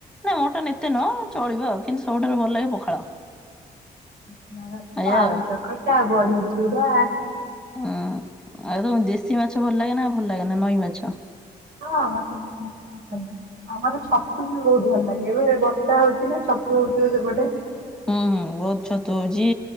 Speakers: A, in the centre; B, on the right.
A: ନାଇଁ ମଟନ୍‌ ଏତେ ନୁହଁ ଚଳିବ ଆଉ କିନ୍ତୁ ସବୁଠାରୁ ଭଲ ଲାଗେ ପଖାଳ।
B: ଉଷୁନା ଭାତ,
A: ଏଇଆ
B: ଆଳୁ
A: ଆଉ।
B: ଚକଟା, ବଢି ଚୁରା।
A: ହୁଁ ଆଉ ତମକୁ ଦେଶୀ ମାଛ ଭଲ ଲାଗେନା ଭଲଲାଗେନା ନଈ ମାଛ?
B: ହଁ ମତେ <inaudible> ଆମର ଛତୁ ବି ବହୁତ ଭଲ ଲାଗେ ଏବେ ବର୍ଷା ହଉଛି ନା ଛ ଛତୁ ହୋଉଥିବ ସେପଟେ।
A: ହୁଁ ହୁଁ ବହୁତ ଛତୁ ହଉଛି